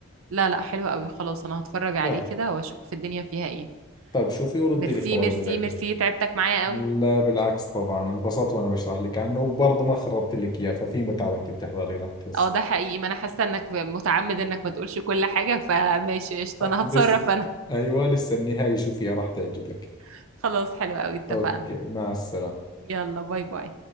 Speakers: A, on the right; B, on the left.
A: لا لا حلوه قوي خلاص انا هتفرج عليه
B: غلط
A: كده واشوف الدنيا فيها ايه
B: طيب شوفي وردي
A: ميرسي
B: لي خبر
A: ميرسي
B: اذا بيعجبك
A: ميرسي تعبتك معايا قوي
B: لا بالعكس طبعا انبسطت وانا بشرح لك عنه وبرضه ما خربت لك اياه ففي متعة وانت بتحضري راح تحس
A: اه ده حقيقي ما انا حاسه انك متعمد انك ما تقولش كل حاجه فماشي قشطه
B: آه،
A: انا
B: لسه
A: هتصرف انا
B: ايوه لسه النهاية شوفيها راح تعجبك
A: <laughs> خلاص حلو قوي اتفقنا
B: اوكي مع السلامة
A: يلا باي باي